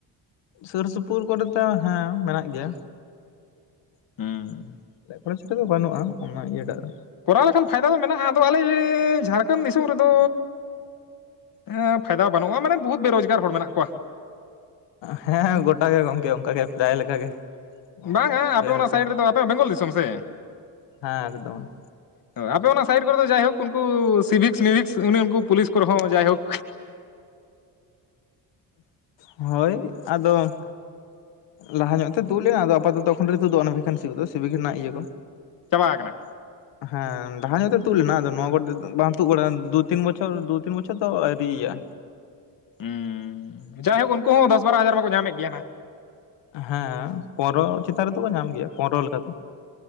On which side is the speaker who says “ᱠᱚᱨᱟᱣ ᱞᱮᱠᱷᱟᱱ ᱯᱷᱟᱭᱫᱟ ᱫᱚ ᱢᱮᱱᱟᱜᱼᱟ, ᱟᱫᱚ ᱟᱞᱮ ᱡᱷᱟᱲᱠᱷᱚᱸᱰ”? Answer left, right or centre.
Left